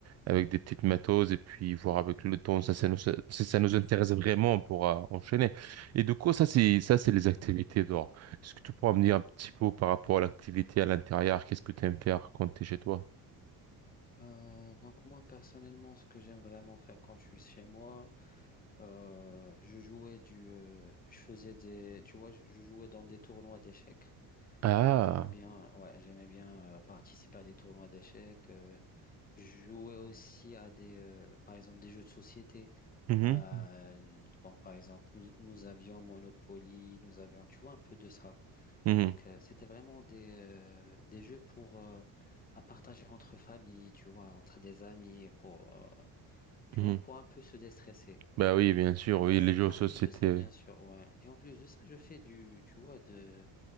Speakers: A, on the right (about 40°); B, on the left (about 20°).
A: avec des petites matos et puis voir avec le temps. Ça, ça nous, si ça nous intéresse vraiment, on pourra enchaîner. Et du coup, ça, c'est ça, c'est les activités dehors. Est-ce que tu pourras me dire un petit peu par rapport à l'activité à l'intérieur? Qu'est-ce que tu aimes faire quand tu es chez toi?
B: Euh, donc moi personnellement, ce que j'aime vraiment faire quand je suis chez moi, euh, je jouais du, euh, je faisais des, tu vois, je je jouais dans des tournois d'échecs.
A: Ah.
B: Donc j'aimais bien, ouais, j'aimais bien euh, participer à des tournois d'échecs. euh, je jouais aussi à des, euh, par exemple, des jeux de société.
A: Mhm,
B: Euh, donc par exemple, nous, nous avions Monopoly, nous avions, tu vois, un peu de ça.
A: mhm,
B: Donc, euh, c'était vraiment des, euh, des jeux pour euh, à partager entre familles, tu vois, entre des amis, pour, euh, tu
A: mhm.
B: vois, pour un peu se déstresser.
A: Bah oui, bien sûr,
B: Euh,
A: oui, les jeux
B: et
A: de
B: en
A: société.
B: plus de ça, bien sûr, ouais. Et en plus de ça, je fais du, tu vois, de,